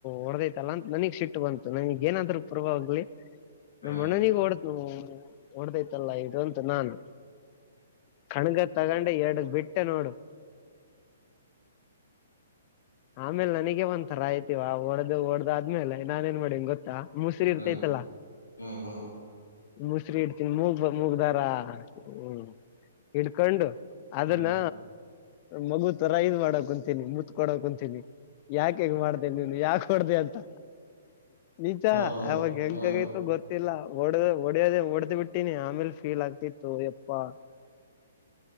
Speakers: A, on the left (about 35°); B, on the left (about 85°).
A: ಹೊಡೆದೈತಲ್ಲ ಅಂತ ನನಗ್ ಸಿಟ್ಟು ಬಂತು ನನಗ್ ಏನಾದ್ೂ ಪೂರ್ವ್ಲಿ ನಮ್ಮ
B: ಹ್ಮ್
A: ಅಣ್ಣನಿಗೆ ಓಡದ ನ ಓಡದೈತಲ್ಲ ಇದು ಅಂತು ನಾನು ಕಣಗ ತಗೊಂಡೆ ಎರಡ ಬಿಟ್ಟೆ ನೋಡು ಆಮೇಲ್ ನನಗೆ ಒಂದ್ಥರ ಆಯ್ತಿವ ಓಡ್ದ ಓಡ್ದ ಆದ್ಮೇಲೆ ನಾನ ಏನ್ ಮಾಡಿನ್ ಗೊತ್ತಾ ಮುಸ್ರರಿ ಇರ್ತೈತಲ್ಲಾ
B: ಹ್ಮ್ ಹ್ಮ್ ಹ್ಮ್
A: ಮುಸ್ರ ಇಡ್ತೀನಿ ಮೂಗ ಮೂಗ್ದಾರ ಹ್ಮ ಇಡ್ಕೊಂಡು ಅದನ್ನ
B: ಹ್ಮ್
A: ಮಗು ತರ ಇದ್ ಮಾಡಕ ಕುಂತೀನಿ ಮುತ್ಕಡಕ್ ಕುಂತೀನಿ ಯಾಕ ಹಗ ಮಾಡ್್ದೇನೆ ನೀನು ಯಾಕ ಹೊಡ್ದ ಅಂತ ನಿಚ
B: ಹ್ಮ್ ಹ್ಮ್
A: ಅವವಾಗ ಹೆಂಕಗೈ
B: ಹ್ಮ್
A: ಗೊತ್ತಿಲ್ಲ ಹೊಡ ಹೊಡಿಯೋದ ಹೊಡೆ್ದ್ ಬಿಟ್ಟೀಿನಿ ಆಮೇಲ್ ಫೀಲ್ ಆಗ್ತಿತ್ತು ಎಪ್ಪಾ